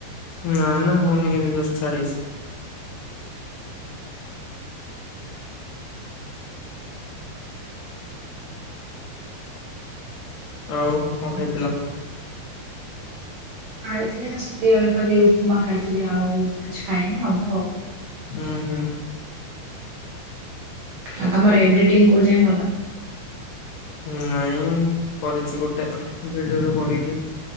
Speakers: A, on the left (about 65°); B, on the right (about 80°).
A: ନା, ନା, ହଉନି ଏବେ ଜଷ୍ଟ ଛାଡିଛି। ଆଉ କଣ
B: ଆଛା।
A: ଖାଇଥିଲ?
B: ଖାଇଥିଲି ତ ସେତେବେଳେ କହିଲି ଉପମା ଖାଇଥିଲି ଆଉ କିଛି ଖାଇନି ହବ ଆଉ
A: ହୁଁ, ହୁଁ।
B: ଆଉ ତମର ଏଡିଟିଂ କୋଉ ଯାଏଁ ଗଲା?
A: ନାଇଁ କରିଛି ଗୋଟେ ଭିଡିଓ ରୁ କରିକି